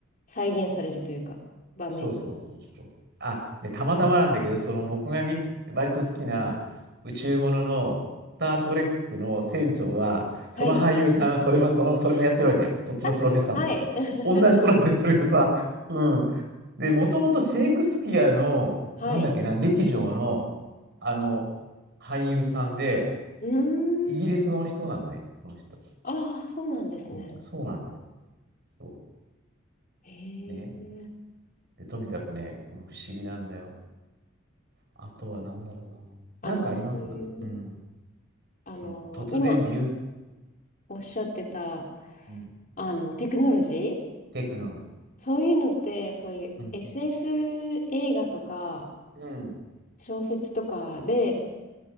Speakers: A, on the left (about 40°); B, on the right (about 55°).
A: 再現されるというか、場面が。
B: そうそうそうそう。あ、で、たまたまなんだけど、その僕がみ、割と好きな宇宙ものの、スター・トレックの船長は、その俳優さんはそれも、
A: はい。
B: その、それもやってるわけ。そっちのプロフェッサーも。
A: あはい。<laughs>
B: 同じ人なんで、それがさ。うん。で、もともとシェイクスピアの、
A: はい。
B: なんだっけな、劇場の、あの、俳優さんで、
A: うーん。
B: イギリスの人なのね、その人。
A: ああ、そうなんですね。
B: うん、そうなんだよ。そ
A: へえ。
B: うね。で、とにかくね、うん不思議なんだよ。あとは何だろう
A: あの、
B: な。なんかありますうん。
A: そういう、あの、
B: その突然ビュン、
A: 今おっしゃってた、
B: うん、
A: あの、テクノロジー、
B: テクノロジ
A: そういうのって、そういう
B: ー。うん。
A: SF 映画とか
B: うん。
A: 小説とかで